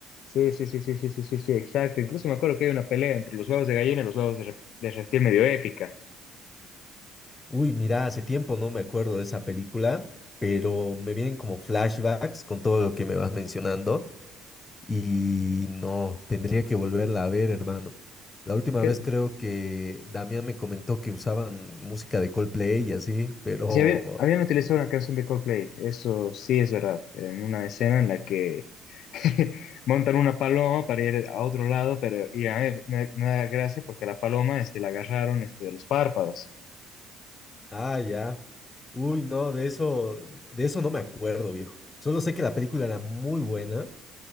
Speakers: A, on the left; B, on the left.
A: Sí, sí, sí, sí, sí, sí, sí, sí, exacto. Incluso me acuerdo que hay una pelea entre los huevos de gallina y los huevos de, rep- de reptil medio épica.
B: Uy, mira, hace tiempo no me acuerdo de esa película, pero me vienen como flashbacks con todo lo que me vas mencionando. Y no, tendría que volverla a ver, hermano. La última
A: Que,
B: vez creo que Damián me comentó que usaban música de Coldplay y así, pero
A: sí, habían, habían utilizado una canción de Coldplay, eso sí es verdad, en una escena en la que <laughs> montan una paloma para ir a otro lado, pero y a mí me, me da gracia porque la paloma este, la agarraron este, de los párpados
B: Ah, ya. Uy, no, de eso, de eso no me acuerdo, viejo. Solo sé que la película era muy buena